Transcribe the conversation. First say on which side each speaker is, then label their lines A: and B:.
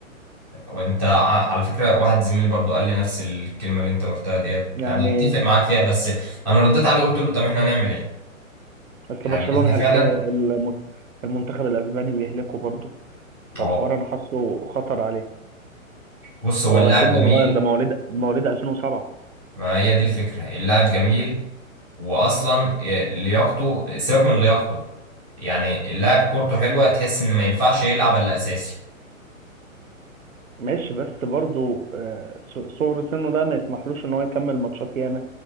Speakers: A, in the centre; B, on the right (about 75°).
A: وانت ع- على فكرة واحد زميلي برضو قال لي نفس الكلمة اللي انت قلتها ديت
B: يعني
A: انا اتفق معاك فيها بس انا رديت عليه قلت له طب احنا نعمل ايه
B: اصل
A: يعني
B: برشلونه
A: احنا فعلا
B: هلكا الم- المنتخب الاسباني بيهلكه برضه فالحوار
A: ما هو
B: انا حاسه خطر عليه
A: بص هو
B: هو
A: اللاعب
B: سنه
A: جميل
B: صغير ده مواليد مواليد 2007
A: ما هي دي الفكرة اللاعب جميل واصلا إيه، لياقته آه، سيبك من لياقته يعني اللاعب كورته حلوة تحس ان ما ينفعش يلعب الا اساسي
B: ماشي بس برضه آه، صغر سنه ده ما يسمحلوش ان هو يكمل ماتشات ياما